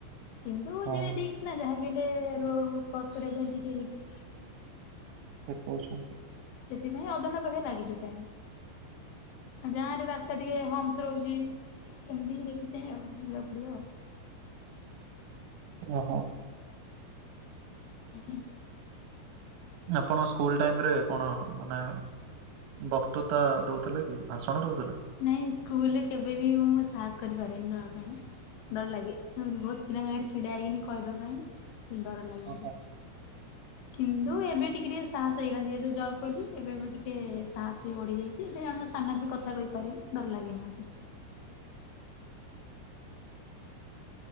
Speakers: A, on the left (about 70°); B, on the right (about 75°).
A: କିନ୍ତୁ
B: ହଁ
A: ରିକ୍ସ୍ ନା ଯାହାବି ହେଲେ ରୋଡ୍ କ୍ରସ୍ କରିବା ପାଇଁ ଟିକେ ରିକ୍ସ୍।
B: ଠିକ୍ କହୁଛନ୍ତି।
A: ସେଥିପାଇଁ ଅଧଘଣ୍ଟା ପାଖି ଲାଗିଯିବ ଟାଇମ୍। ଗାଁରେ ରାସ୍ତା ଟିକେ ହମ୍ସ୍ ରହୁଛି। ଏମିତିି ହିଁ ଦେଖିଚାହିଁ ଆଉ ଯିବାକୁ ପଡ଼ିବ ଆଉ।
B: ଓହୋ।
A: ଆଜ୍ଞା।
B: ଆପଣ ସ୍କୁଲ ଟାଇମ୍ ରେ କଣ ମାନେ ବକ୍ତୃତା ଦଉଥିଲେ କି ଭାଷଣ ଦଉଥିଲେ?
A: ନାଇଁ ସ୍କୁଲରେ କେବେ ବି ମୁଁ ସାହସ କରିପାରେନି ଦବା ପାଇଁ। ଡର ଲାଗେ ବହୁତ୍ ପିଲାଙ୍କ ଆଗରେ ଛିଡା ହେଇକିନି କହିବା ପାଇଁ ଡର ଲାଗେ
B: ଓହୋ
A: ମତେ।
B: <unintelligible>
A: କିନ୍ତୁ ଏବେ ଟିକେ ଟିକେ ସାହସ ହେଇଗଲାଣି ଯେହେତୁ ଜବ୍ କଲି ଏବେ ଏବେ ଟିକେ ସାହସ ବି ବଢି ଯାଇଛି। ତି ଏବେ ଜଣଙ୍କ ସାମ୍ନାରେ ବି କଥା କହିପାରିବି ଡର ଲାଗିବନି ମତେ।